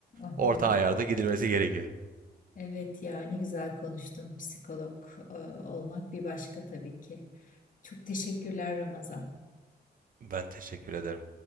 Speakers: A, on the left (about 50°); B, on the right (about 55°).
A: Aha.
B: orta ayarda gidilmesi gerekiyor.
A: Evet ya ne güzel konuştun. Psikolog e, olmak bir başka tabii ki. Çok teşekkürler Ramazan.
B: Ben teşekkür ederim.